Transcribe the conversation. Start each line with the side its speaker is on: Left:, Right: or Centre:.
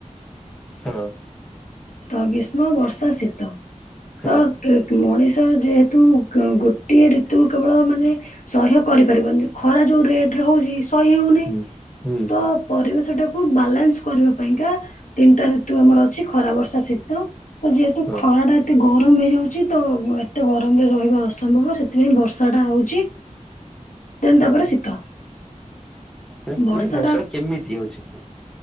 Centre: ହଁ।
Left: ତ ଗ୍ରୀଷ୍ମ, ବର୍ଷା, ଶୀତ
Centre: ହଁ
Left: ତ ମଣିଷ ଯେହେତୁ ଗୋଟିଏ ଋତୁ କେବଳ ମାନେ ସହ୍ୟ କରିପାରିବନି ଖରା ଯୋଉ ରେଟରେ ହଉଛି ସହିହଉନି
Centre: ହୁଁ ହୁଁ,
Left: ତ ପରିବେଶଟାକୁ ବାଲାନ୍ସ କରିବା ପାଇଁକା ତିନିଟା ଋତୁ ଆମର ଅଛି ଖରା ବର୍ଷା ଶୀତ ତ ଯେହେତୁ
Centre: ହଁ
Left: ଖ ଖରାଟା ଏତେ ଗରମ ହେଇଯାଉଛି ତ ଏତେ ଗରମରେ ରହିବା ଅସମ୍ଭବ ସେଥିପାଇଁ ବର୍ଷା ଟା ହଉଛି ଦେନ
Centre: ହଁ
Left: ତାପରେ ଶୀତ
Centre: ନାଇଁ
Left: ବର୍ଷାଟା।
Centre: ମାନେ ବର୍ଷା ଟା କେମିତି ହଉଛି?